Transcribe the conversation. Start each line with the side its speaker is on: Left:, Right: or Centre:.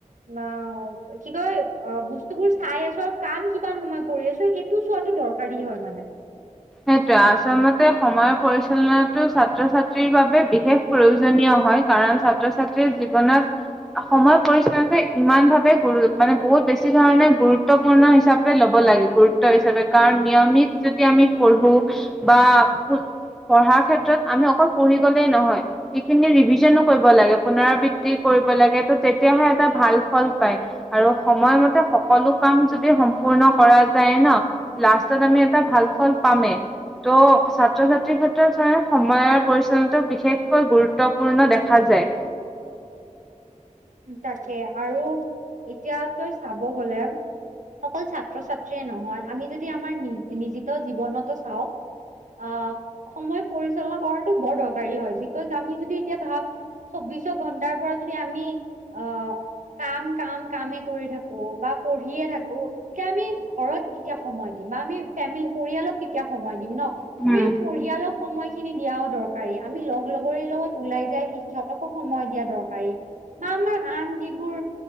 Right: মাঁও কি কয় অঁ বস্তুবোৰ চাই আছো আৰু কাম কিমান সময় কৰি আছো সেই টো চোৱাটো দৰকাৰী হয় মানে।
Centre: সেইটোয়ে আচলতে সময়ৰ পৰিচালনাটো ছাত্ৰ ছাত্ৰীৰ বাবে বিশেষ প্ৰয়োজনীয় হয় কাৰণ ছাত্ৰ ছাত্ৰীৰ জীৱনত সময় পৰিচালনাতো ইমান ভাৱে গুৰু মানে বহুত বেছি ধৰণে গুৰুত্বপূৰ্ণ হিচাপ কৰি ল'ব লাগে গুৰুত্ব হিচাপে কাৰণ নিয়মিত যেতিয়া আমি পঢ়ো বা পুত পঢ়াৰ ক্ষেত্ৰত আমি অকল পঢ়ি গ'লেই নহয়। ইখিনি ৰিভিজনো কৰিব লাগে পুনৰাবৃত্তি কৰিব লাগে ত তেতিয়াহে এটা ভাল ফল পায়। আৰু সময়মতে সকলো কাম যদি সম্পূৰ্ণ কৰা যায় ন লাষ্টত আমি এটা ভাল ফল পামে। ত' ছাত্ৰ ছাত্ৰীৰ ক্ষেত্ৰত চাগে সময়ৰ পৰিচালনাতো বিশেষকৈ গুৰুত্বপূৰ্ণ দেখা যায়।
Right: তাকে আৰু এতিয়া তই চাব গ'লে অকল ছাত্ৰ ছাত্ৰীয়ে নহয় আমি যদি আমাৰ নি- নিজিত জীৱনতো চাওঁ অঁ সময় পৰিচালনা কৰাটো বৰ দৰকাৰী হয় বিকজ আমি যদি এতিয়া ভাব চৌবিশ ঘন্টাৰ পৰা যদি আমি অ কাম কাম কামে কৰি থাকো বা পঢ়িয়ে থাকো এতিয়া আমি ঘৰত কেতিয়া সময় দিম বা আমি ফেমিলি পৰিয়ালক কেতিয়া সময় দিম ন আমি
Centre: উম।
Right: পঢ়ি ৰিয়ালক সময়খিনি দিয়াও দৰকাৰী আমি লগ লগৰি লগত ওলাই যাই সেই সিহঁতকো সময় দিয়া দৰকাৰী। আমাৰ আন যিবোৰ